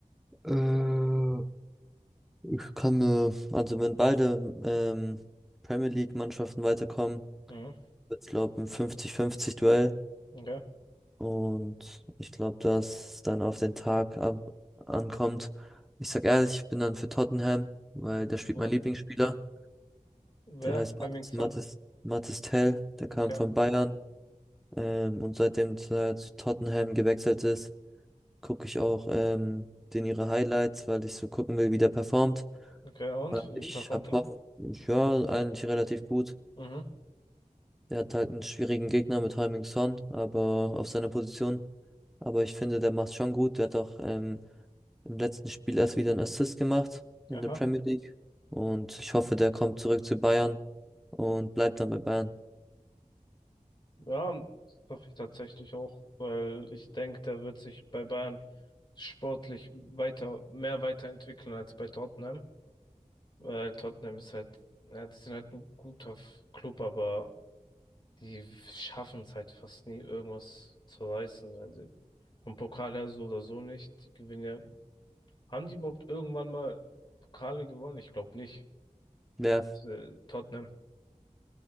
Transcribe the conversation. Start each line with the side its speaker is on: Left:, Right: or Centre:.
Centre: Äh, Ich kann mir, also wenn beide ähm, Premier League-Mannschaften weiterkommen,
Left: Mhm.
Centre: Ich glaube, ein 50-50-Duell.
Left: Okay.
Centre: Und ich glaube, dass es dann auf den Tag ab ankommt. Ich sag ehrlich, ich bin dann für Tottenham, weil da spielt
Left: Und
Centre: mein Lieblingsspieler.
Left: wer?
Centre: Der heißt
Left: Heung-min
Centre: Mathis,
Left: Son.
Centre: Mathis, Mathis Tell. Der kam
Left: Okay.
Centre: von Bayern. Ähm, und seitdem er zu Tottenham gewechselt ist, gucke ich auch ähm, den ihre Highlights, weil ich so gucken will, wie der performt.
Left: Okay. Und
Centre: Weil
Left: wie
Centre: ich
Left: performt
Centre: habe
Left: er?
Centre: Hoffnung, ja, eigentlich relativ gut.
Left: Mhm.
Centre: Der hat halt einen schwierigen Gegner mit Heung-min Son, aber auf seiner Position. Aber ich finde, der macht schon gut. Der hat auch ähm, im letzten Spiel erst wieder einen Assist gemacht in
Left: Aha.
Centre: der Premier League. Und ich hoffe, der kommt zurück zu Bayern und bleibt dann bei Bayern.
Left: Ja, das hoffe ich tatsächlich auch, weil ich denke, der wird sich bei Bayern sportlich weiter, mehr weiterentwickeln als bei Tottenham. Weil Tottenham ist halt, ja, die sind halt ein guter F- Club, aber die schaffen es halt fast nie, irgendwas zu reißen. Also vom Pokal her so oder so nicht. Die gewinnen ja. Haben die überhaupt irgendwann mal Pokale gewonnen? Ich glaube nicht.
Centre: Wer?
Left: Äh, Tottenham.